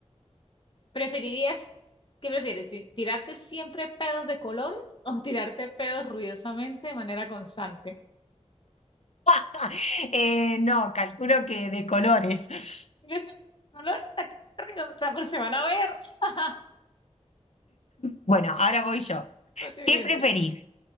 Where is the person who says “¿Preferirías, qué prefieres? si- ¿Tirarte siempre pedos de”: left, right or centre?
Left